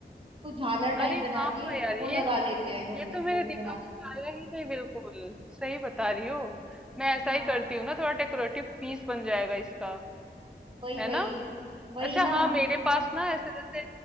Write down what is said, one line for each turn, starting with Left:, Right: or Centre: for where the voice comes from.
Right: उसको झालर
Centre: अरे
Right: टाइप बना
Centre: हाँ
Right: के
Centre: यार
Right: वो
Centre: ये
Right: लगा लेते हैं
Centre: ये
Right: घर में
Centre: तो मेरे
Right: वो भी
Centre: दिमाग
Right: बना
Centre: में
Right: सकते
Centre: आया ही नहीं बिल्कुल सही बता रही हो मैं ऐसा
Right: हैं।
Centre: ही
Right: हाँ
Centre: करती हूँ ना थोड़ा डेकोरेटिव पीस बन जाएगा इसका
Right: वही
Centre: है
Right: वही
Centre: ना
Right: वही
Centre: अच्छा
Right: ना
Centre: हाँ मेरे पास ना ऐसे जैसे